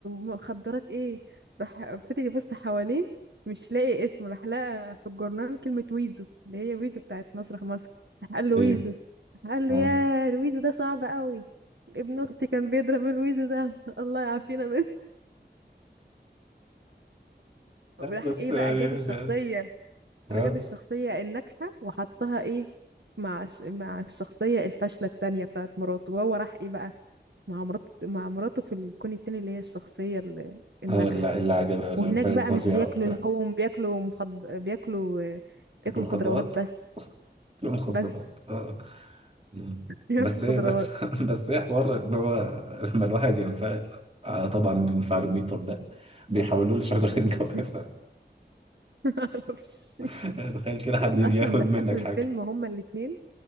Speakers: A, on the right; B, on the right.
A: مخدرات ايه راح فضل يبص حواليه مش لاقي اسم راح لقى في الجورنال كلمة ويزو اللي هي ويزو بتاعت مسرح مصر راح قال له
B: ايوه
A: ويزو راح قال له
B: اه
A: يا ويزو ده صعب قوي ابن اختي كان بيضرب الويزو ده <laughs> الله يعافينا منه <laughs>
B: لا،
A: وراح
B: بس
A: ايه
B: يعني
A: بقى جاب الشخصية
B: ده اه
A: جاب الشخصية الناجحة وحطها ايه مع الش- مع الشخصية الفاشلة التانية بتاعت مراته وهو راح ايه بقى مع مراته مع مراته في الكون التاني اللي هي الشخصية ال- الناجحة
B: آه، اللي اللي عجب لما
A: وهناك
B: كانت
A: بقى
B: مذيعة
A: مش بياكلوا
B: وبتاع
A: لحوم بياكلوا مخض... بياكلوا بياكلوا
B: تاكل مخدرات
A: خضروات بس
B: تاكل مخدرات
A: بس
B: اه مم.
A: <laughs> بياكلوا
B: بس ايه
A: خضروات
B: بس <laughs> بس ايه حوار ان هو لما الواحد ينفعل آه، طبعا الانفعالوميتر ده بيحولوه لشجرة جوافة
A: <laughs> معرفش
B: <laughs> تخيل كده حد يجي
A: اصلا
B: ياخد
A: ده
B: منك
A: في اخر الفيلم
B: حاجة
A: هما الاتنين